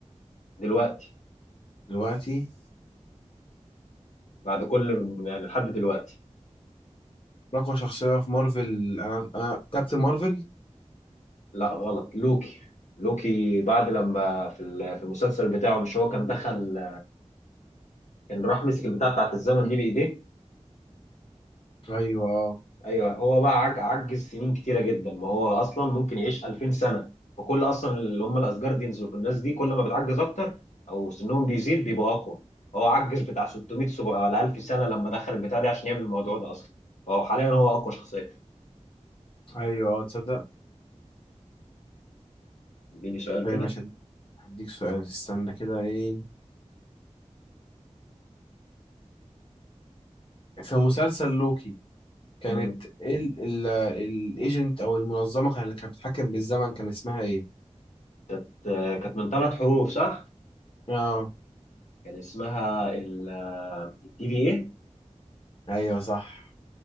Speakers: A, on the left; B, on the left.
A: دلوقتي
B: دلوقتي
A: بعد كل يعني لحد دلوقتي
B: أقوى شخصية في مارفل أنا أنا كابتن مارفل
A: لا غلط لوكي لوكي بعد لما في ال- في المسلسل بتاعه مش هو كان دخل كان راح مسك البتاع بتاعت الزمن دي بايديه
B: أيوه أه
A: ايوه هو بقى عج عجز سنين كتيره جدا ما هو اصلا ممكن يعيش 2000 سنه فكل اصلا اللي هم الاسجارديانز والناس دي كل ما بتعجز اكتر او سنهم بيزيد بيبقوا اقوى هو عجز بتاع 600 700 ولا 1000 سنه لما دخل البتاع ده عشان يعمل الموضوع ده اصلا فهو حاليا هو اقوى شخصيه
B: أيوه أه تصدق
A: اديني سؤال كده
B: إيه، مش هد- هديك سؤال استنى كده إيه في مسلسل لوكي كانت
A: مم.
B: الايجنت او المنظمه كان- اللي كانت بتتحكم بالزمن كان اسمها ايه
A: كانت كانت من ثلاث حروف صح؟
B: اه
A: كان اسمها ال الدي في ايه؟
B: ايوه صح